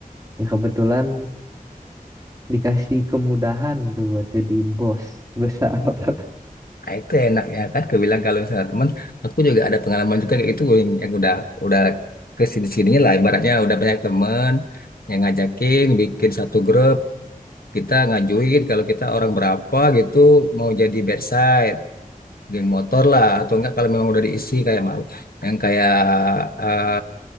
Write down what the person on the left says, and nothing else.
Ah, itu enak ya kan kebilang kalau misalnya teman aku juga ada pengalaman juga kayak itu yang, yang udah udah kesini sini-sininya lah ibaratnya udah banyak teman yang ngajakin bikin satu grup kita ngajuin kalau kita orang berapa gitu mau jadi bedside geng motor lah atau enggak kalau memang udah diisi kayak mau yang kayak eh,